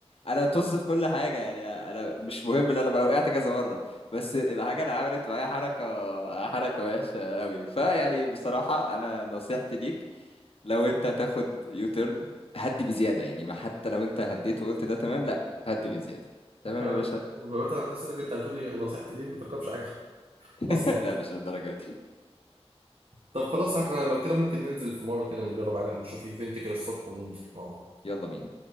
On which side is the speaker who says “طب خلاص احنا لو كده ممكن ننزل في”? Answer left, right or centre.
Right